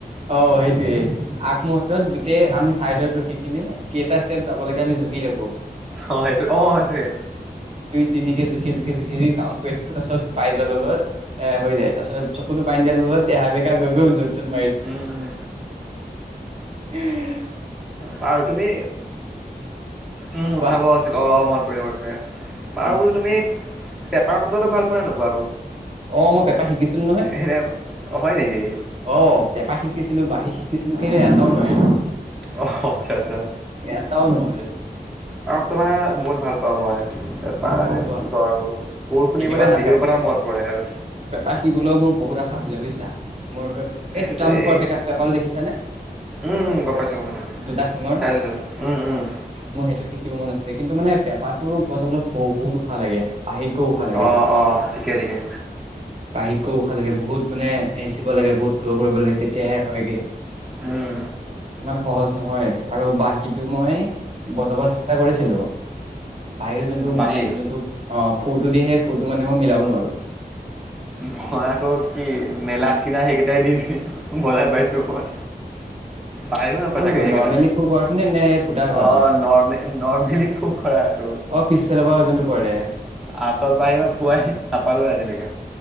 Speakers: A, on the right (about 40°); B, in the centre.
A: অ সেইটোৱে। আগমুহূৰ্তত গোটেই আমি চাইডত ৰখি কিনে কেইটা ষ্টেপ যাব লাগে আমি জুকি থাকো।
B: অ সেইটো অ সেইটোয়ে।
A: তিনি জুখি-জুখি-জুখি কাউণ্ট কৰিব তাৰ পাছত পাইজল অলৰ এ হৈ যায় তাৰ পাছত চকুটো বান্ধি দিয়া তেহা বেঁকা গৈ গৈ যত <unintelligible>
B: উম
A: উম
B: বাৰু তুমি উম
A: কোৱা
B: উঠাব আছিল অ মনত পৰিলে মনত পৰে। বাৰু
A: উম
B: বোলো তুমি, পেপাৰ শব্দতো ভাল পোৱা নে নোপোৱা আকৌ,
A: অ মই পেপা শিকিছিলো নহয়
B: সেনে হয় নেকি?
A: অ পেঁপা শিকিছিলো বাঁহী। কিছু লোকে এটাও নহয়
B: অ আচ্ছা আচ্ছা
A: এটাও নহলে।
B: টো মানে বহুত ভাল পাওঁ মই। তাৰপৰা
A: ভাল পোৱা
B: কি কৰ আৰু সুৰ শুনি
A: শিকিবা
B: মানে
A: না
B: বিহুৰ
A: পে
B: কথা মনত পৰে আৰু।
A: পেপা শিকিবলৈও মোৰ বহুত আশা আছিলে বুজিছা, মোৰ
B: সেইটোৱেই
A: এই দুটা মুখৰ পেকা পেঁপা টো দেখিছা নে
B: উম গম পাইছোঁ গম পাইছোঁ
A: দুটা শিঙৰ
B: চাইছোঁ চাইছোঁ। উম উম
A: মই সেইটো শিক মন আছিলে কিন্তু মানে পেপ তাতো বছাব বহুত ওখ ভাল লাগে পাহিত উখাহ লাগে
B: অঁ অঁ ঠিকে ঠিকে
A: বাঁহীতকৈ উখাহ লাগে বহুত মানে এচিব লাগে বহুত ফ্ল' কৰিব লাগে তেতিয়াহে হয়গে
B: উম
A: ইমান সহজ নহয় আৰু বাঁহীটো মই বজাব চেষ্টা কৰিছিলো বাহিৰৰ যোনটো
B: বাঁহী
A: যোনটো আহ সেই ফ্লোটো মানে মই মিলাব নোৱাৰো।
B: মই আকৌ কি মেলাত কিনা সেইকেইটাই দি বজাই পাইছো মই। <unintelligible>
A: কোনটো
B: চাগে সেইকেইটাই
A: নৰ্মেলি ফু কৰাটো নে নে এই ফুটা থকাটোৱে
B: অ', ন-নৰ্মেলি ফোক কৰাটো।
A: অ পিছফালৰ পৰা যোনটো কৰে
B: আচল বাঁহী মই ফুৱাই নাপালো আজিলৈকে